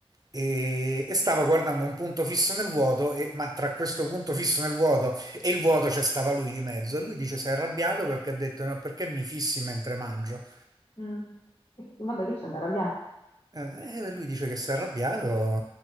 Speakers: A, on the right; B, on the left.
A: e, e stava guardando un punto fisso nel vuoto, e- ma tra questo punto fisso nel vuoto e il vuoto c'è stava lui di mezzo e lui dice si è arrabbiato perché ha detto no, perché mi fissi mentre mangio?
B: Mm. Vabbè, che c'è da arrabbiarsi?
A: Eh, lui dice che si è arrabbiato,